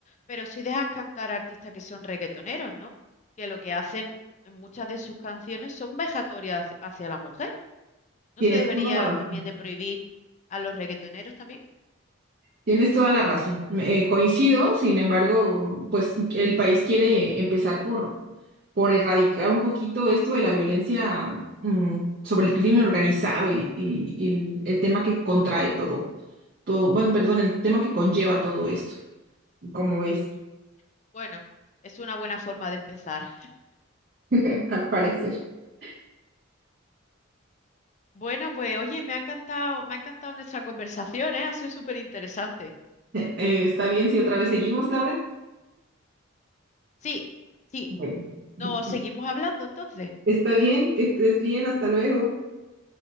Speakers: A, on the left; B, on the right.
A: pero sí dejas cantar a artistas que son reggaetoneros, ¿no? Que lo que hacen en muchas de sus canciones son vejatorias hacia hacia la mujer. ¿No
B: tienes
A: se debería
B: toda la razón.
A: también de prohibir a los reggaetoneros también?
B: Tienes toda la razón. Me- eh, coincido, sin embargo, pues el país quiere empezar por, por erradicar un poquito esto de la violencia mm, sobre el crimen organizado y, y- y el, el tema que contrae todo, todo, bueno, perdón, el tema que conlleva todo esto, como es,
A: Ujú. Bueno, es una buena forma de empezar.
B: <laughs> al parecer. <laughs>
A: Bueno, pues oye, me ha encantado, me ha encantado nuestra conversación, ¿eh? Ha sido súper interesante.
B: Eh, ¿está bien si otra vez seguimos, Laura?
A: Sí, sí.
B: Bueno, <laughs>
A: No, seguimos hablando entonces.
B: está bien, que estés bien, hasta luego.